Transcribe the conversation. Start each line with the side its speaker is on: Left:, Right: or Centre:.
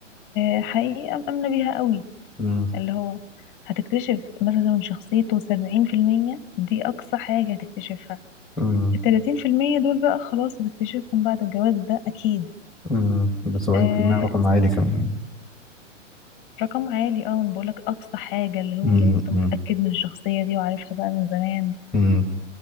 Left: آه، حقيقة مأمنة بيها قوي
Centre: مم.
Left: اللي هو هتكتشف مثلا من شخصيته سبعين في المية دي أقصى حاجة هتكتشفها
Centre: مم.
Left: التلاتين في المية دول بقى خلاص هتكتشفهم بعد الجواز ده أكيد
Centre: مم. ده 70%
Left: آه،
Centre: رقم عالي كمان
Left: رقم عالي اه انا بقولك اقصى حاجة اللي هو
Centre: مم.
Left: لو انت
Centre: مم.
Left: متأكد من الشخصية دي وعارفها بقى من زمان
Centre: مم.